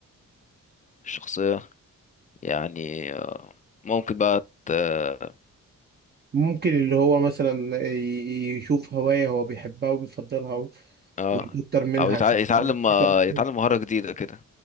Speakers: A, on the left; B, on the right.
A: الشخصية يعني آه، ممكن بقى ت- اه
B: ممكن اللي هو مثلا ي- ي- يشوف هواية هو بيحبها وبيفضلها و-
A: آه،
B: ويكتر منها
A: أو يتع-
B: عشان
A: يتعلم
B: تبقى نفسيته
A: آه،
B: أحسن.
A: يتعلم مهارة جديدة كده